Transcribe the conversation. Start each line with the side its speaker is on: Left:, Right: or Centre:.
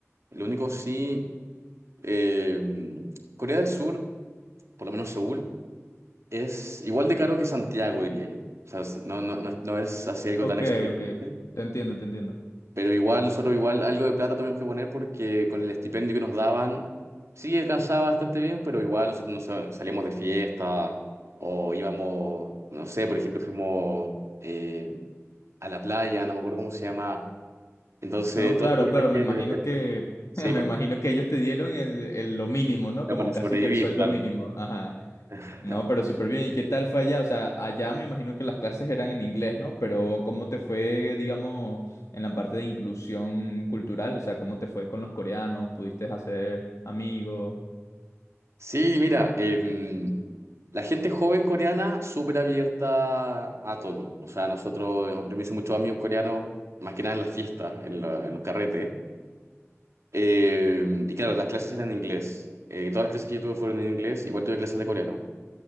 Right: Lo único sí, eh, Corea del Sur, por lo menos Seúl, es igual de caro que Santiago, diría yo. O sea, no, no, no, no es así algo
Left: Ok,
Right: tan exorbitante.
Left: ok, te entiendo, te entiendo.
Right: Pero igual, nosotros igual algo de plata tuvimos que poner porque con el estipendio que nos daban, sí alcanzaba bastante bien, pero igual nosotros nos sa- salíamos de fiesta o íbamos, no sé, por ejemplo, fuimos eh, a la playa, no me acuerdo cómo se llama. Entonces,
Left: No,
Right: todos
Left: claro,
Right: estos
Left: claro, me
Right: viajes,
Left: imagino que, <laughs>
Right: sí,
Left: me
Right: pues
Left: imagino que ellos te dieron el, el- lo mínimo, ¿no?
Right: era
Left: Como
Right: para sobrevivir,
Left: casi que el sueldo
Right: claro.
Left: mínimo. Ajá.
Right: <laughs>
Left: No, pero súper bien. ¿Y qué tal fue allá? O sea, allá me imagino que las clases eran en inglés, ¿no? Pero ¿cómo te fue, digamos, en la parte de inclusión cultural? O sea, ¿cómo te fue con los coreanos? ¿Pudiste hacer amigos?
Right: Sí, mira, em, la gente joven coreana súper abierta a todo. O sea, nosotros, yo me hice muchos amigos coreanos, más que nada en las fiestas, en, la- en los carretes. Eh, y claro, las clases eran en inglés. Eh, todas las clases que yo tuve fueron en inglés, igual tuve clases de coreano.